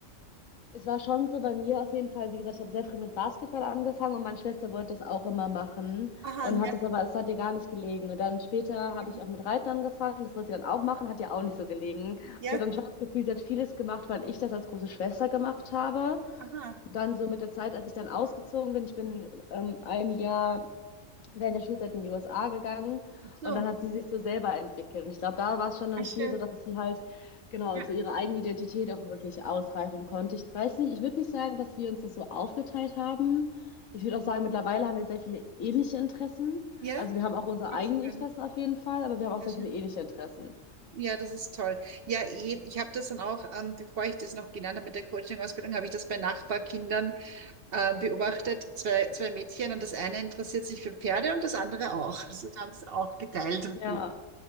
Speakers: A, on the left (about 75°); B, on the right (about 55°).
A: es war schon so bei mir auf jeden Fall, wie gesagt, ich habe sehr früh mit Basketball angefangen und meine Schwester wollte das auch immer machen
B: Aha,
A: und hat
B: ja,
A: das aber, es hat ihr gar nicht gelegen. Und dann später habe
B: schön.
A: ich auch mit Reiten angefangen, das wollte sie dann auch machen, hat ihr auch nicht so gelegen. Ich
B: Ja,
A: hatte dann schon das Gefühl, sie hat vieles gemacht, weil ich das als große Schwester gemacht habe.
B: aha,
A: Und dann so mit der Zeit, als ich dann ausgezogen bin, ich bin ähm, ein Jahr während der Schulzeit in die USA gegangen
B: gut so.
A: und dann hat sie sich so selber entwickelt. Und ich glaube, da war es schon dann
B: Ah, schön.
A: viel so, dass sie halt genau
B: Ja,
A: so ihre eigene Identität auch wirklich ausreifen konnte. Ich weiß nicht, ich würde nicht sagen, dass wir uns das so aufgeteilt haben. Ich würde auch sagen, mittlerweile haben wir sehr viele ähnliche Interessen.
B: ja,
A: Also wir haben auch unsere
B: auch
A: eigenen
B: schön.
A: Interessen auf jeden Fall, aber wir haben auch sehr
B: Sehr schön.
A: viele ähnliche Interessen.
B: Ja, das ist toll. Ja, eh, ich habe das dann auch, ähm, bevor ich das noch gelernt habe mit der Coaching-Ausbildung, habe ich das bei Nachbarkindern äh, beobachtet, zwei, zwei Mädchen und das eine interessiert sich für Pferde und das andere auch. Also da haben sie auch geteilt,
A: Ja,
B: die-